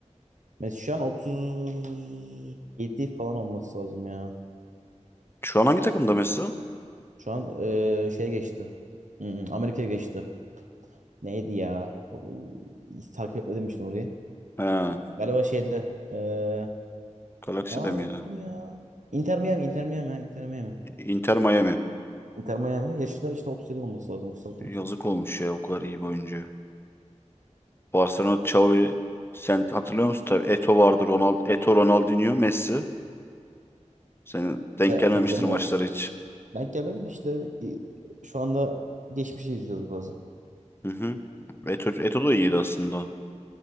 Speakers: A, on the right (about 80°); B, on the left (about 20°).
A: Messi şu an otuz yedi falan olması lazım ya.
B: Şu an hangi takımda Messi?
A: Şu an ee, şey geçti. Hmm, Amerika'ya geçti. Neydi ya? O- Hiç takip etmedim işte orayı.
B: He.
A: Galiba şeydi. Ee,
B: Galaxy'de
A: aa
B: miydi?
A: unuttum ya. Inter Miami, Inter Miami, ha, Inter Miami.
B: Inter Miami.
A: Inter Miami. Yaşı da işte 37 olması lazım. 36
B: Yazık
A: 37.
B: olmuş ya o kadar iyi bir oyuncu. Barcelona Xavi sen hatırlıyor musun? Tabii Eto vardı, Ronald, Eto Ronaldinho, Messi. Senin denk
A: E,
B: gelmemiştir
A: tabii canım
B: maçlara
A: o.
B: hiç.
A: Denk gelmedim de işte e, şu anda geçmişi izliyoruz biraz.
B: Hı hı. Eto, Eto da iyiydi aslında.